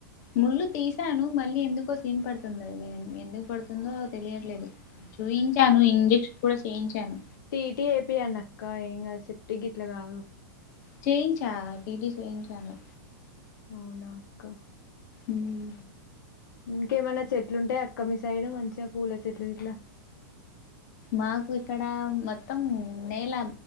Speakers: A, on the left; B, on the left.
A: ముళ్ళు తీసాను మళ్ళీ ఎందుకో సీమ్ పడుతుంది అది ఎందుకు పడుతుందో తెలియట్లేదు చూయించాను
B: ఆ
A: ఇంజక్షన్ కూడా చేయించాను
B: టీటీ ఎపియండి అక్క ఏం కాదు సేప్టిక్ గిట్లా కాదు
A: చేయించా టీ టీ చేయించాను
B: అవునా అక్క
A: ఉం
B: ఇంకేమైన చెట్లు ఉంటాయి అక్క మీ సైడ్ మంచిగా పూల చెట్లు ఇట్లా
A: మాకు ఇక్కడ మొత్తం నేల